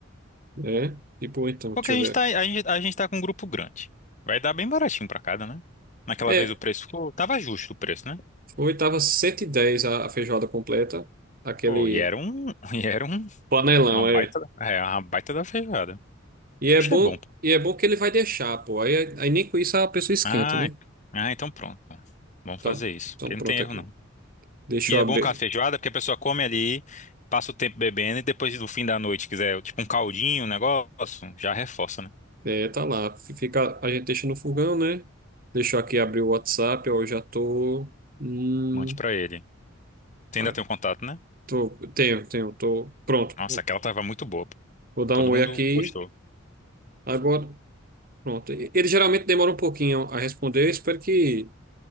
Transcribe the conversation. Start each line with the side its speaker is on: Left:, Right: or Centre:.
Right: É? Tipo, então,
Left: Porque
Right: deixa
Left: a
Right: eu
Left: gente
Right: ver.
Left: tá, a gente, a gente tá com um grupo grande. Vai dar bem baratinho pra cada, né? Naquela
Right: É,
Left: vez o preço ficou, tava justo o preço, né?
Right: foi, tava 110 a, a feijoada completa. Aquele
Left: Pô, e era um, <laughs> e era um,
Right: panelão,
Left: uma
Right: é.
Left: baita, é, uma baita da feijoada.
Right: E é
Left: Acho
Right: bom,
Left: que é bom, pô.
Right: e é bom que ele vai deixar, pô. Aí, aí nem com isso a pessoa esquenta,
Left: Ah,
Right: né?
Left: ent- ah, então pronto, pô. Vamos
Right: Então,
Left: fazer isso,
Right: então
Left: porque
Right: pronto
Left: não tem erro
Right: aqui.
Left: não.
Right: Deixa
Left: E
Right: eu
Left: é
Right: abrir.
Left: bom com a feijoada, porque a pessoa come ali, passa o tempo bebendo e depois no fim da noite quiser, tipo um caldinho, um negócio, já reforça, né?
Right: É, tá lá. Fica, a gente deixa no fogão, né? Deixa eu aqui abrir o WhatsApp, ó, eu já tô. Hum,
Left: Mande pra ele. Você
Right: ah,
Left: ainda tem o contato, né?
Right: tô, tenho, tenho, tô pronto.
Left: Nossa, aquela tava muito boa, pô.
Right: Vou dar
Left: Todo
Right: um oi
Left: mundo
Right: aqui.
Left: gostou.
Right: Agora, pronto. E- Ele geralmente demora um pouquinho a responder. Eu espero que.